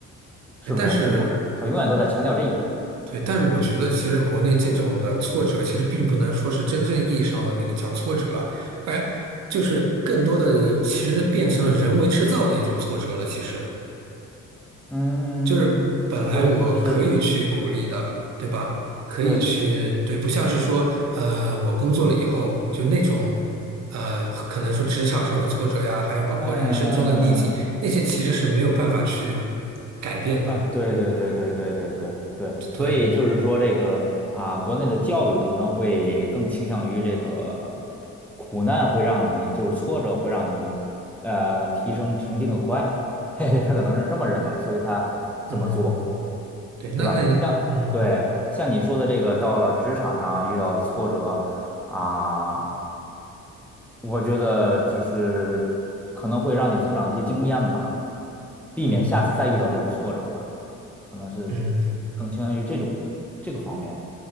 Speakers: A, in the centre; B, on the right.
A: 是不是？
B: 哎但是
A: 他永他永远都在强调这一点。
B: 对，但是我觉得其实国内这种的挫折，其实并不能说是真正意义上的那个叫挫折啊，我感觉就是更多的其实变成了人为制造的一种挫折了。其实
A: 嗯，
B: 就是本来我可以去鼓励的，
A: 对，是。
B: 对吧？可以去，
A: 对。
B: 对，不像是说，呃，我工作了以后就那种，呃，可能说职场上的挫折呀，还有包括人生中的逆境，
A: 嗯嗯嗯嗯
B: 那些其实是没有办法去改变的。
A: 啊，对对对对对对对对，所以就是说这个啊，
B: 对，
A: 国内的教育可能会更倾向于这个苦难会让你就是挫折会让你呃提升成绩更快，<laughs> 嘿嘿，他可能是这么认为，所以他这么做，
B: 嗯，对，那那你。
A: 对吧？像对像你说的这个，
B: 嗯。
A: 到了职场上遇到的挫折啊。我觉得就是可能会让你增长一些经验吧，避免下次再遇到这种挫折吧，
B: 嗯
A: 可能是
B: 嗯
A: 更倾向于这种这个方面。